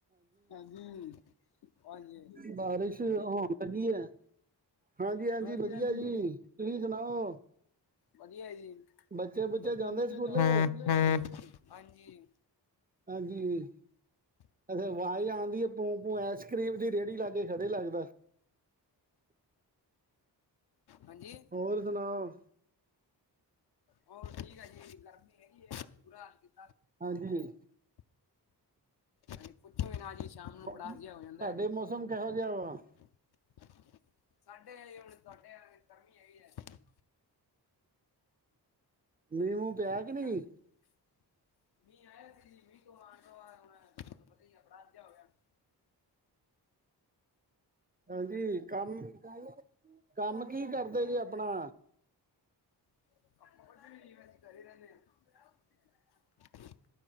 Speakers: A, on the left (about 65°); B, on the right (about 20°).
A: ਹਾਂਜੀ ਬਾਰਿਸ਼
B: ਬਾਰਿਸ਼ ਹੋਣ ਲੱਗੀ ਹੈ ਹਾਂਜੀ-ਹਾਂਜੀ
A: ਹਾਂਜੀ
B: ਵਧੀਆਂ
A: ਹਾਂਜੀ
B: ਜੀ, ਤੁਸੀਂ ਸੁਣਾਓ?
A: ਵਧੀਆਂ ਐ ਜੀ
B: ਬੱਚੇ ਬੁੱਚੇ
A: ਬੱਚਾ
B: ਜਾਂਦੇ
A: ਬੁੱਚਾ
B: ਸਕੂਲੇ
A: ਹਾਂਜੀ
B: ਹਾਂਜੀ ਅੱਛਾ ਆਵਾਜ਼ ਆਉਂਦੀ ਹੈ ਪੁੰ ਪੂੰ ਆਈਸ ਕਰ੍ਰੀਮ ਦੀ ਰੇਹੜੀ ਲਾ ਕੇ ਖੜੇ ਲੱਗਦਾ
A: ਹਾਂਜੀ
B: ਹੋਰ ਸੁਣਾਓ
A: ਉਹ ਠੀਕ ਆ ਜੀ ਗਰਮੀ ਹੈਗੀ ਆ ਬੁਰਾ ਹਾਲ ਜੀ
B: ਹਾਂਜੀ।
A: ਹਾਂਜੀ ਪੁੱਛੋ ਹੀ ਨਾ ਜੀ ਸ਼ਾਮ ਨੂੰ
B: ਤੁਹਾਡੇ
A: ਬੜਾ ਜਿਹਾ ਹੋ ਜਾਂਦਾ ਹੈ
B: ਮੌਸਮ ਕਿਹੋ ਜਾ ਵਾ
A: <unintelligible>
B: ਮੀਂਹ ਮੂੰ ਪਿਆ ਕਿ ਨਹੀਂ
A: ਗਰ- <inaudible>
B: ਹਾਂਜੀ ਕੰਮ ਕੀਤਾ ਜੇ - ਕੰਮ ਕੀ ਕਰਦੇ
A: ਹਾਂਜੀ
B: ਜੇ ਆਪਣਾ
A: <unintelligible>